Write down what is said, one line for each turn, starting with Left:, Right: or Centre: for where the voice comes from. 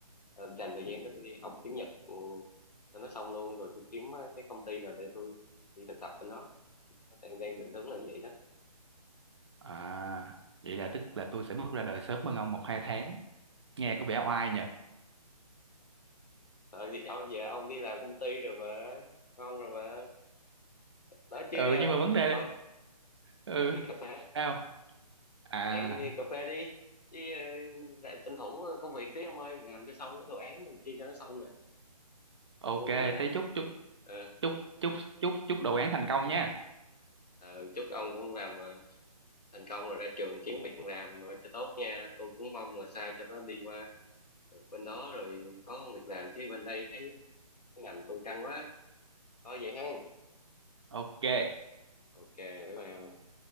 Left: ờ, dành thời gian đó tôi đi học tiếng Nhật ừ, cho nó xong luôn rồi tôi kiếm ờ, cái công ty nào để tôi đi thực tập bên đó Nó đang đang định hướng là như vậy đó
Right: à vậy là tức là tôi sẽ bước ra đời sớm hơn ông một hai tháng nghe có vẻ oai nhỉ
Left: ờ thì ông giờ ông đi làm công ty rồi mà ngon rồi mà nói chứ
Right: ừ
Left: ờ,
Right: nhưng mà vấn đề đây,
Left: thôi
Right: <laughs> ừ
Left: tôi đi cà phê
Right: sao à
Left: hẹn đi, đi cà phê đi chứ ờ, lại tranh thủ công việc tí ông ơi làm cho xong cái đồ án đăng ký cho nó xong nè
Right: ok
Left: tôi buồn
Right: thế
Left: quá à.
Right: chúc chúc
Left: Ờ,
Right: chúc chúc chúc chúc đồ án thành công nha
Left: ờ, chúc ông cũng làm ờ, thành công rồi ra trường kiếm việc làm rồi cho tốt nha tôi cũng mong là sao cho nó đi qua được bên đó rồi có công việc làm chứ bên đây thấy cái ngành tôi căng quá thôi vậy ha
Right: ok
Left: ok bye bye